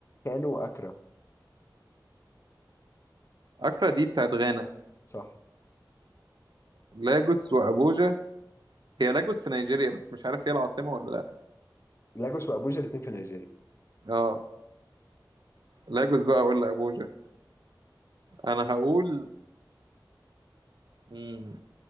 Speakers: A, on the left; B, on the right.
A: كانو أكرا
B: اكرا دي بتاعت غانا
A: صح
B: لاجوس وابوجا هي لاجوس في نيجيريا بس مش عارف هي العاصمة ولا لا
A: لاجوس وأبوجا الاتنين في نيجيريا
B: اه لاجوس بقى ولا ابوجا انا هقول مم.